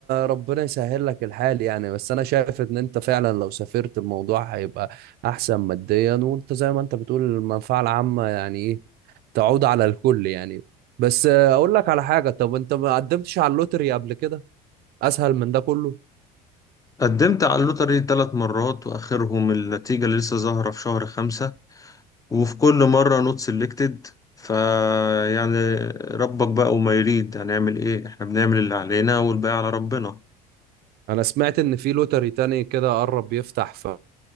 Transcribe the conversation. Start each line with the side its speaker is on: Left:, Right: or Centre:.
Right: ربنا يسهل لك الحال يعني بس انا شايف ان انت فعلا لو سافرت الموضوع هيبقى احسن ماديا وانت زي ما انت بتقول المنفعة العامة يعني ايه تعود على الكل يعني بس آه، اقول لك على حاجة طب انت ما قدمتش على اللوتري قبل كده اسهل من ده كله
Left: قدمت على اللوتري ثلاث مرات وآخرهم النتيجة اللي لسه ظاهرة في شهر خمسة وفي كل مرة نوت سيلكتد فيعني ربك بقى وما يريد هنعمل ايه احنا بنعمل اللي علينا والباقي على ربنا
Right: انا سمعت ان في لوتري تاني كده قرب يفتح ف